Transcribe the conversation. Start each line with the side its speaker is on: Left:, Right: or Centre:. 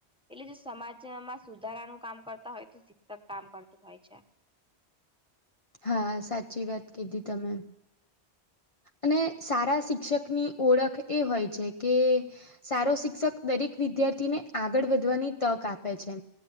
Centre: એટલે જે સમાજમાં સુધારાનું કામ કરતા હોય તો શિક્ષક કામ કરતું હોય છે.
Left: હા સાચી વાત કીધી તમે. અને સારા શિક્ષકની ઓળખ એ હોય છે કે સારો શિક્ષક દરેક વિદ્યાર્થીને આગળ વધવાની તક આપે છે.